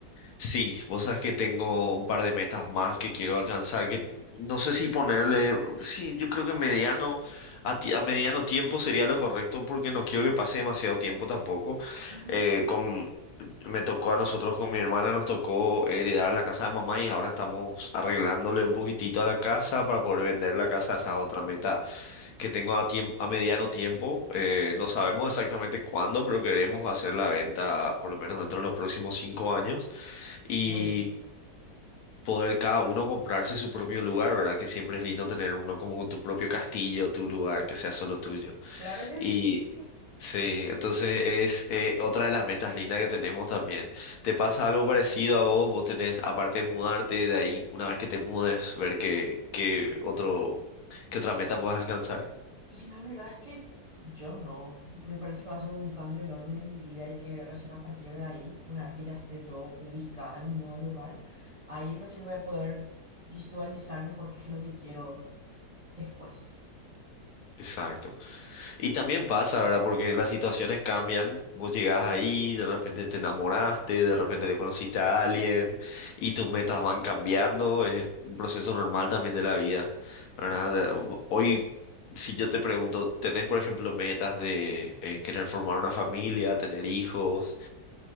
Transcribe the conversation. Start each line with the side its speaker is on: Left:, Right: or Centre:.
Left: sí, vos sabés que tengo un par de metas más que quiero alcanzar, que no sé si ponerle, sí, yo creo que mediano, a, ti- a mediano tiempo sería lo correcto porque no quiero que pase demasiado tiempo tampoco.
Right: Ujú.
Left: Eh, con, me tocó a nosotros con mi hermana, nos tocó heredar la casa de mamá y ahora estamos arreglándole un poquitito a la casa para poder vender la casa, esa es otra meta que tengo a tiemp- a mediano tiempo. eh, no sabemos exactamente cuándo, pero queremos hacer la venta por lo menos dentro de los próximos cinco años y
Right: Uy,
Left: poder cada uno comprarse su propio lugar, ¿verdad? Que siempre es lindo
Right: mm,
Left: tener uno como tu propio castillo, tu lugar, que sea solo tuyo.
Right: claro que
Left: Y
Right: sí.
Left: sí, entonces es eh, otra de las metas lindas que tenemos también. ¿Te pasa algo parecido a vos? Vos tenés, aparte de mudarte de ahí, una vez que te mudes, ver qué, qué otro, qué otra meta puedas alcanzar.
Right: Y la verdad es que yo no. Me parece que va a ser un cambio enorme en mi vida y que recién a partir de ahí, una vez que ya esté yo ubicada en mi nuevo lugar, ahí recién voy a poder visualizar mejor qué es lo que quiero después.
Left: Exacto. Y también
Right: S-
Left: pasa, ¿verdad? Porque las situaciones cambian. Vos llegás
Right: ujú.
Left: ahí, de repente te enamoraste, de repente le conociste a alguien y tus metas van cambiando. Es un proceso normal también de la vida, ¿verdad? De- Hoy, si yo te pregunto, ¿tenés, por ejemplo, metas de eh, querer formar una familia, tener hijos?